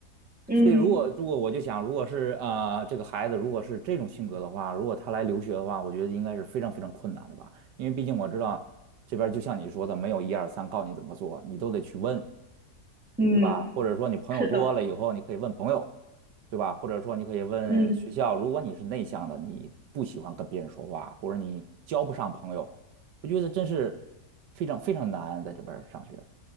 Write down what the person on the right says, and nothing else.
所以如果如果我就想，如果是呃这个孩子如果是这种性格的话，如果他来留学的话，我觉得应该是非常非常困难的吧，因为毕竟我知道这边就像你说的，没有一二三告你怎么做，你都得去问，
对吧？或者说你朋友多了以后，
你可以问朋友，对吧？或者说你可以问学校，
如果你是内向的，你不喜欢跟别人说话，或者你交不上朋友，我觉得真是非常非常难在这边上学。